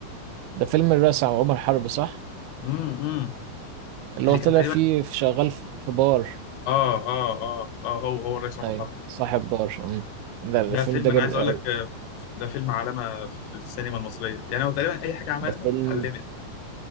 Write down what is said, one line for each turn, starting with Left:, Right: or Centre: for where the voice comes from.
Right: ده فيلم الرئيس عمر حرب صح
Left: امم أمم.
Right: اللي
Left: اللي
Right: هو
Left: كان
Right: طلع
Left: تقريبا
Right: فيه في شغال في في بار
Left: اه اه اه اه هو هو الرئيس عمر
Right: ايوه
Left: حرب
Right: صاحب بار أمم. ده الفيلم
Left: ده فيلم
Right: ده جامد
Left: انا عايز
Right: قوي
Left: اقول لك آه، ده فيلم علامه في في السينما المصريه يعني هو تقريبا اي حاجه عملها
Right: ده فيلم
Left: علمت